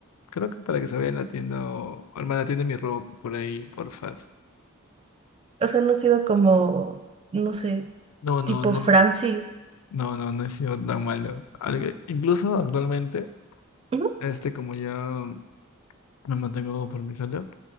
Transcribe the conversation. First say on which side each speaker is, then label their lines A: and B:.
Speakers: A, on the left; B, on the right.
A: creo que para que se vaya a la tienda o o, hermana, tienda mi ropa por ahí, porfas.
B: O sea, no ha sido como, no sé,
A: No, no,
B: tipo
A: no,
B: Francis.
A: no, no, no he sido tan malo. Algo- incluso actualmente,
B: "Ujú,
A: este, como ya me mantengo por mí solo,